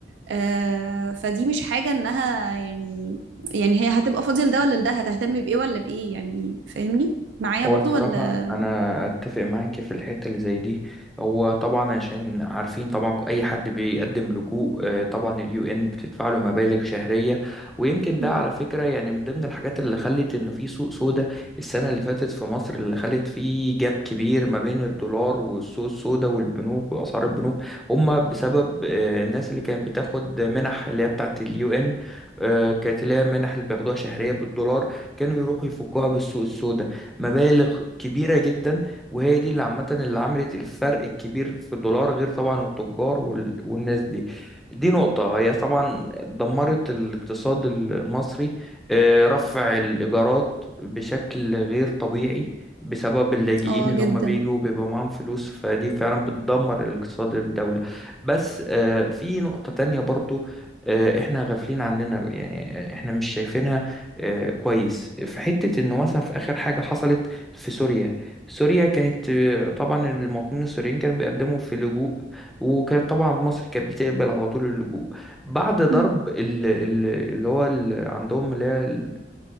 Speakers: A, on the right; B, in the centre.
A: آه، فدي مش حاجة إنها يعني يعني هي هتبقى فاضية لده ولا لده هتهتم بإيه ولا بإيه يعني فاهمني معايا
B: هو
A: برضو
B: الصراحة
A: ولا
B: أنا أتفق معاك في الحتة اللي زي دي هو طبعا عشان عارفين طبعا أي حد بيقدم لجوء آه، طبعا اليو إن بتدفع له مبالغ شهرية ويمكن ده
A: مم.
B: على فكرة يعني من ضمن الحاجات اللي خلت إن في سوق سودا السنة اللي فاتت في مصر اللي خلت فيه جاب كبير ما بين الدولار والسوق السودا والبنوك وأسعار البنوك هما بسبب آه، الناس اللي كانت بتاخد منح اللي هي بتاعت اليو إن آه، كانت اللي هي منح اللي بياخدوها شهرية بالدولار كانوا يروحوا يفكوها بالسوق السودا مبالغ كبيرة جدا وهي دي اللي عامة اللي عملت الفرق الكبير في الدولار غير طبعا التجار وال... والناس دي دي نقطة هي طبعا دمرت الاقتصاد المصري آه، رفع الإيجارات بشكل غير طبيعي بسبب اللاجئين
A: اه
B: ان
A: جدا
B: هم بيجوا بيبقى معاهم فلوس فدي فعلا بتدمر الاقتصاد الدولة بس آه، في نقطة تانية برضو آه، احنا غافلين عننا يعني احنا مش شايفينها آه، كويس في حتة انه مثلا في اخر حاجة حصلت في سوريا سوريا كانت آه، طبعا المواطنين السوريين كانوا بيقدموا في لجوء وكانت طبعا مصر كانت بتقبل على طول اللجوء بعد ضرب
A: مم.
B: ال- ال- اللي هو ال- عندهم اللي هي ال-